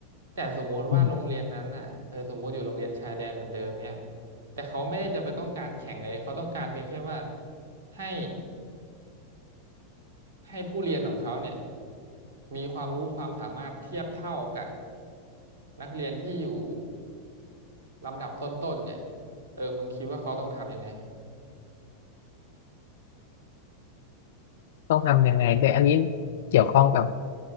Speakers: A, on the right (about 55°); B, on the left (about 55°).
A: แต่สมมุติว่าโรงเรียนนั้นน่ะเออสมมุติอยู่โรงเรียนชายแดนเหมือนเดิมเนี่ย
B: อืม
A: แต่เขาไม่ได้จะไปต้องการแข่งเลยเขาต้องการเพียงแค่ว่าให้ให้ผู้เรียนของเขาเนี่ยมีความรู้ความสามารถเทียบเท่ากับนักเรียนที่อยู่ลำดับต้นๆเนี่ยเออมึงคิดว่าเขาต้องทำยังไง
B: ต้องทำยังไงด้วยอันนี้เกี่ยวข้องกับ